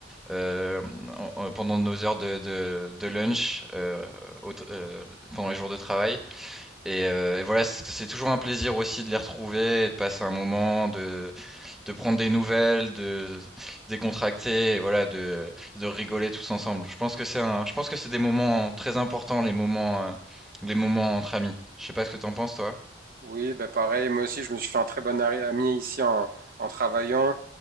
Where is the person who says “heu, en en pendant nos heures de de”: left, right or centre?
Centre